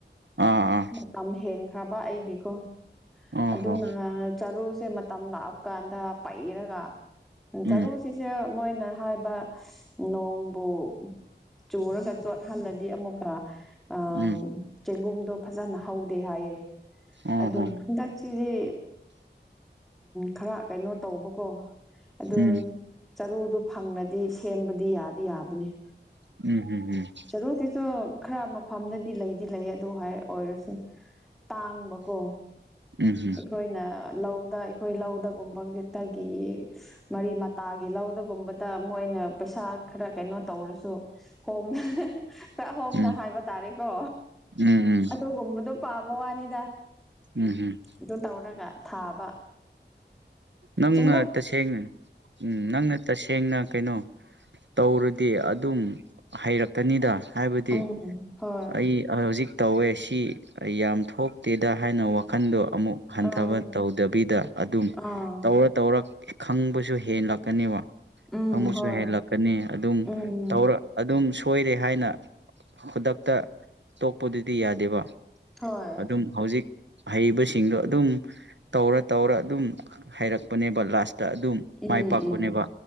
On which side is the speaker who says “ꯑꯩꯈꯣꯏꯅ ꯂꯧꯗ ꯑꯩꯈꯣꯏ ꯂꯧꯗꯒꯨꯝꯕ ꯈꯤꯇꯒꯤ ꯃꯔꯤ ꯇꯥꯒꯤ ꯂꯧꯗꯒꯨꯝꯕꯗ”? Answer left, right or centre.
Centre